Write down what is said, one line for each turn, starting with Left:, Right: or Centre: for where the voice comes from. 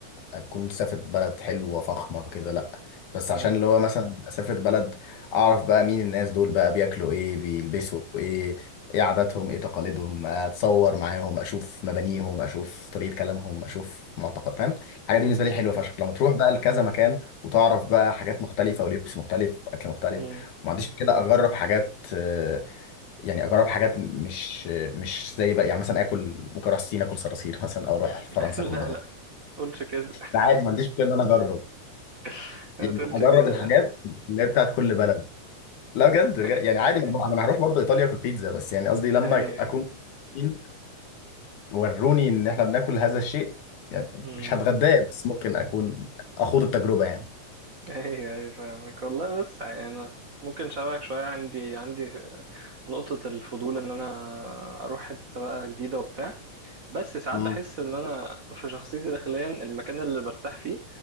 Left: أكون سافر بلد حلوة فخمة كده لا بس
Right: مم.
Left: عشان اللي هو مثلا أسافر بلد أعرف بقى مين الناس دول بقى بياكلوا إيه بيلبسوا إيه إيه عاداتهم إيه تقاليدهم أتصور معاهم أشوف مبانيهم أشوف طريقة كلامهم أشوف معتقد فاهم الحاجات دي بالنسبة لي حلوة
Right: مم.
Left: فشخ لما تروح بقى لكذا مكان وتعرف بقى حاجات مختلفة ولبس مختلف وأكل مختلف
Right: مم.
Left: وما عنديش كده أجرب حاجات آه، يعني أجرب حاجات مش مش زي بقى يعني مثلا آكل ممكن أروح الصين آكل صراصير <laughs> مثلا أو أروح فرنسا
Right: <laughs> لا
Left: آكل ضبط
Right: لا تقولش كده
Left: ده عادي ما عنديش مشكلة إن أنا أجرب
Right: <laughs> ما
Left: يعني
Right: تقولش
Left: أجرب
Right: كده
Left: الحاجات
Right: لا
Left: اللي هي بتاعت كل بلد لا بجد
Right: <laughs>
Left: بجد، يعني عادي ما أنا ما أنا هروح برضه إيطاليا آكل بيتزا بس يعني قصدي لما
Right: ايوه
Left: أك- أكون فين ووروني إن إحنا بناكل هذا الشيء يعني
Right: امم
Left: مش هتغداه بس ممكن أكون أخوض التجربة يعني
Right: ايوه ايوه فاهمك والله بس يعني انا ممكن شبهك شويه عندي عندي نقطه الفضول ان انا اروح حته بقى جديده وبتاع بس ساعات
Left: مم.
Right: بحس ان انا في شخصيتي داخليا المكان اللي برتاح فيه